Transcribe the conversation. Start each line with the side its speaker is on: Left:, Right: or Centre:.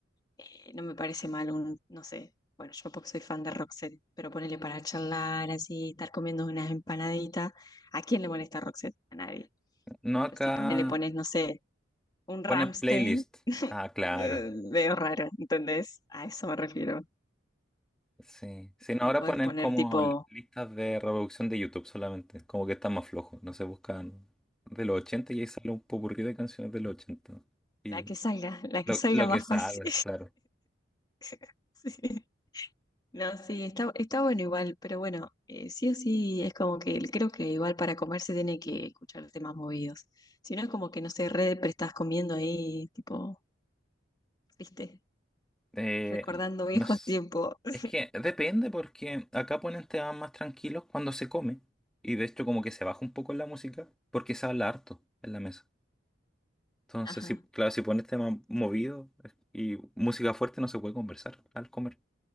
Left: eh, no me parece mal un, no sé, bueno, yo porque soy fan de Roxette, pero ponele para charlar así, estar comiendo unas empanaditas. ¿A quién le molesta Roxette? A nadie.
Centre: No,
Left: Pero
Centre: acá
Left: si ponele, pones, no sé, un Rammstein,
Centre: ponen playlist. Ah, claro.
Left: eh, veo raro, ¿entendés? A eso me refiero.
Centre: Sí. Sí, no,
Left: No
Centre: ahora
Left: podés
Centre: ponen
Left: poner
Centre: como
Left: tipo
Centre: listas de reproducción de YouTube solamente. Como que está más flojo. No se buscan de los 80 y ahí sale un popurrí de canciones de los 80. Y
Left: la que salga, la
Centre: lo,
Left: que salga
Centre: lo
Left: más
Centre: que sale,
Left: fácil.
Centre: claro.
Left: <laughs> Sí. No, sí, está, está bueno igual, pero bueno, eh, sí o sí es como que el- creo que igual para comer se tiene que escuchar temas movidos. Si no es como que, no sé, re depre estás comiendo ahí, tipo, viste,
Centre: Eh,
Left: recordando viejos
Centre: no es,
Left: tiempos. <laughs>
Centre: es que depende porque acá ponen temas más tranquilos cuando se come. Y de hecho como que se baja un poco la música porque se habla harto en la mesa. Entonces,
Left: Ajá.
Centre: sí, claro, si pones temas movidos y música fuerte no se puede conversar al comer.